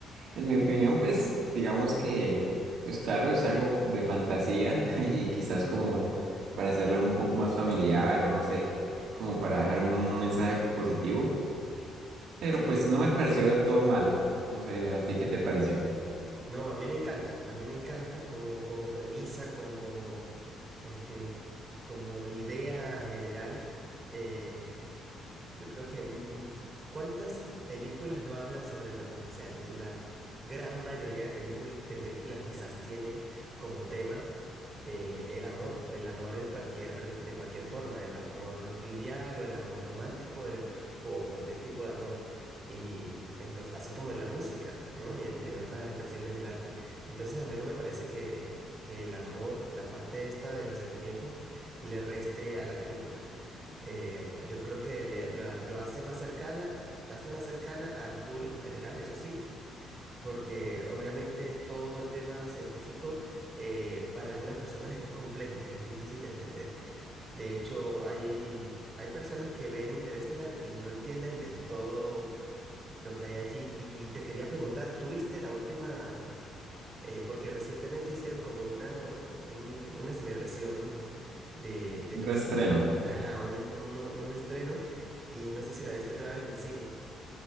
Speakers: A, on the right; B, on the right.
A: En mi opinión, pues digamos que, pues claro, es algo de fantasía <laughs> y quizás
B: mm.
A: como para hacerla un poco más familiar o no sé, como para dejar un mensaje positivo, pero
B: Sí.
A: pues no me pareció del todo malo. No sé, ¿a ti qué te pareció?
B: No, a mí me encanta, a mí me encanta como, como premisa, como, este, como idea general. eh, yo creo que mm, mm, ¿cuántas películas no hablan sobre el amor? O sea, la gran mayoría de películ- de películas quizás tiene como tema eh, el amor, el amor en cualquier, de cualquier forma, el amor filial o el amor romántico eh, o cualquier tipo de amor. Y entonces, así como en la música, ¿no? Y en, en otras expresiones del arte. Entonces, a mí no me parece que, que el amor, la parte esta de los sentimientos, le reste a la película. Eh, yo creo que le- lo, lo hace más cercana, la hace más cercana al público general, eso sí, porque obviamente todo el tema científico eh, para algunas personas es complejo, es difícil de entender. De hecho, hay, hay personas que ven Interestelar y no entienden del todo lo que hay allí. Y te quería preguntar, ¿tú viste la última? eh, porque recientemente hicieron como una, un- una celebración de, de
A: Un
B: los,
A: reestreno.
B: ajá, un, uno- un estreno y no sé si la viste otra vez en el cine.